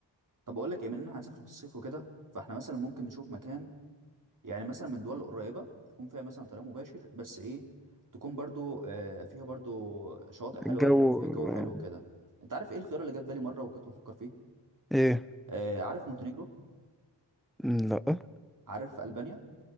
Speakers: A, on the right; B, in the centre.
A: طب اقول لك ايه مننا هنسافر في الصيف وكده فاحنا مثلا ممكن نشوف مكان يعني مثلا من الدول القريبة يكون فيها مثلا طريق مباشر بس ايه تكون برضو آه، فيها برضو شواطئ حلوة
B: الجو
A: يكون فيها جو
B: آه،
A: حلو كده انت عارف ايه الخيار اللي جه في بالي مرة وكنت بفكر فيه
B: ايه
A: آه، عارف مونتينيجرو
B: مم، لا
A: عارف ألبانيا